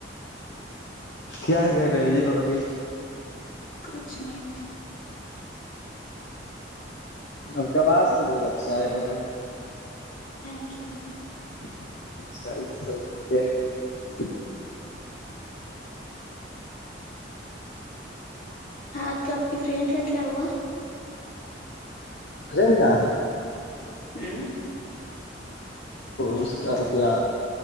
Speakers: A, on the left; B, on the left.
A: کیا کر رہی ہو ابھی
B: کچھ نہیں
A: اپ کا اواز تو بہت اچھا ہے مگر
B: تھینک یو
A: <inaudible>
B: <unintelligible> ہہ اپ تو اپ کی فرینڈ کا کیا ہوا
A: فرینڈ کا
B: ہ
A: اس کا کیا